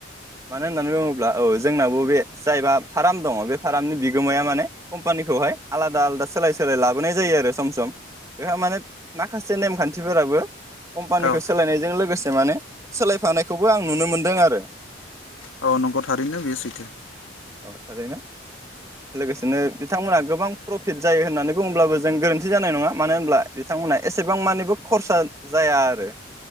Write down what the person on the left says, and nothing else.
औ औ
औ नंगौ थारैनो बेयो सैथो